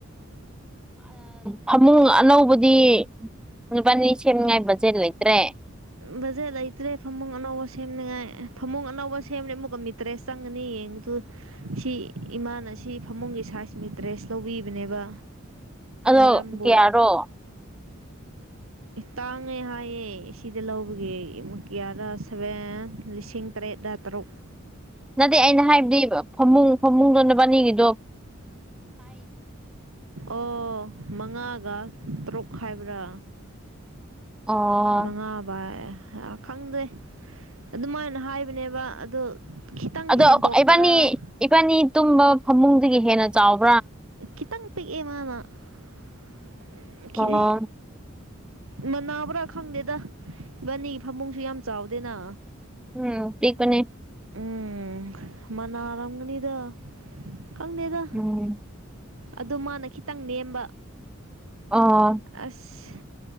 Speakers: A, in the centre; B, on the right.
A: ꯐꯃꯨꯡ ꯑꯅꯧꯕꯗꯤ ꯂꯨꯄꯥꯅꯤ ꯁꯦꯝꯉꯥꯏꯕꯁ ꯁꯤꯦ ꯂꯩ ꯏꯇ꯭ꯔꯦ
B: ꯕꯖꯦꯠ ꯂꯩꯇ꯭ꯔꯦ ꯐꯃꯨꯡ ꯑꯅꯧꯕ ꯁꯦꯝꯅꯤꯡꯉꯥꯏ ꯐꯃꯨꯡ ꯑꯅꯧꯕ ꯁꯦꯝꯂꯦ ꯑꯃꯨꯛꯀ ꯃꯤ ꯇꯔꯦꯁ ꯆꯪꯒꯅꯤ ꯌꯦꯡꯗꯨ ꯁꯤ ꯏꯃꯥꯅ ꯁꯤ ꯐꯃꯨꯡꯒꯤ ꯁꯥꯏꯖ ꯃꯤꯇ꯭ꯔꯦꯁ ꯂꯧꯕꯤꯕꯅꯦꯕ
A: ꯑꯗꯣ
B: ꯃꯔꯝꯕꯨ
A: ꯀꯌꯥꯔꯣ
B: ꯇꯥꯡꯉꯦ ꯍꯥꯏꯌꯦꯦ ꯁꯤꯗ ꯂꯧꯕꯒꯤꯦꯨ ꯀꯤꯌꯥꯔꯥ ꯁꯚꯦꯟ ꯂꯤꯁꯤꯡ ꯑꯇꯦ ꯗꯇ꯭ꯔꯨ
A: ꯅꯗꯦ ꯑꯩꯅ ꯍꯥꯏꯕꯗꯤ ꯐꯃꯨꯡ ꯐꯃꯨꯡꯗꯣꯅ ꯄꯅꯤꯡꯉꯤꯗꯣ
B: ꯑꯣ ꯃꯉꯥꯒ ꯇꯔꯨꯛ ꯍꯥꯏꯥꯏꯕ꯭ꯔꯥ
A: ꯑꯣ
B: ꯃꯉꯥꯕꯏ ꯈꯪꯗꯦ ꯑꯗꯨꯃꯥꯏꯅ ꯍꯥꯏꯕꯅꯦꯕ ꯑꯗꯣ ꯈꯤꯇꯪ ꯍꯦꯟꯗꯣꯛꯄ꯭ꯔꯥ
A: ꯑꯗꯣ ꯏꯕꯥꯅꯤ ꯏꯕꯥꯅꯤ ꯇꯨꯝꯕ ꯐꯃꯨꯡꯗꯒꯤ ꯍꯦꯟꯅ ꯆꯥꯎꯕ
B: ꯈꯤꯇꯪ ꯄꯤꯛꯑꯦ ꯃꯥꯅꯈꯤ
A: ꯑꯣ
B: ꯃꯅꯥꯕ꯭ꯔꯥ ꯈꯪꯗꯦꯗ ꯏꯕꯥꯅꯤ ꯐꯃꯨꯡꯁꯨ ꯌꯥꯝ ꯆꯥꯎꯗꯦꯅ
A: ꯎꯝ ꯄ ꯀꯅꯦ
B: ꯎꯝ ꯃꯅꯥꯔꯝꯒꯅꯤꯗ ꯀꯪꯗꯦꯗ
A: ꯎꯝ
B: ꯑꯗ ꯃꯥꯅ ꯈꯤꯇꯪ ꯅꯦꯝꯕ
A: ꯑꯣ
B: ꯑꯁ